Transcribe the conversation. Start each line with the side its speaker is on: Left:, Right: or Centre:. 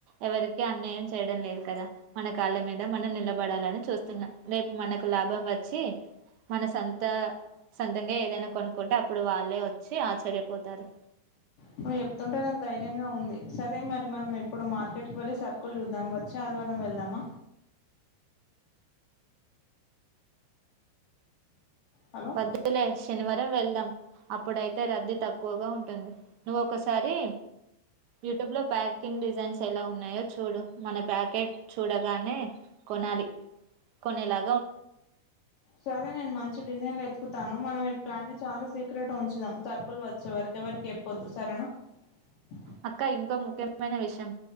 Right: ఎవరికి అన్యాయం చేయడం లేదు కద మన కాళ్ళ మీద మనం నిలబడ ఉండాలని చూస్తున్నా రేపు మనకు లాభం వచ్చి మన సొంత సొంతంగా ఏదైనా కొనుక్కుంటె అప్పుడు వాళ్ళే ఒ చ్చి ఆశ్చర్యపోతారు
Left: నువ్వు చెప్తుంటే నాకు ధైర్యంగా ఉంది సరే మరి మనం ఇప్పుడు మార్కెట్ కి వెళ్ళి సర్కుల్ చూద్దాం వచ్చి అ ఆదివారం వెళ్దామ హలో
Right: వద్దులే శనివారం వెళ్దాం అప్పుడైతే రద్ధి తక్కువగా ఉంటుంది నువ్ ఒకసారి యూటుబ్ లో ప్యాకింగ్ డిజైన్స్ ఎలా ఉన్నాయో చూడు మన ప్యాకెట్ చూడగానే కొనాలి కొనెలా
Left: సరె నేను మంచి డిజైన్ వెతుకుతాను మనం ఈ ప్లాన్ ని చాలా సీక్రెట్ గా ఉంచుదాం సరకులు వచ్చే వరికి ఎవరికి చెప్పొద్దు సరేనా బ్లాంక్
Right: అక్క ఇంకో ముఖ్యమైన విషం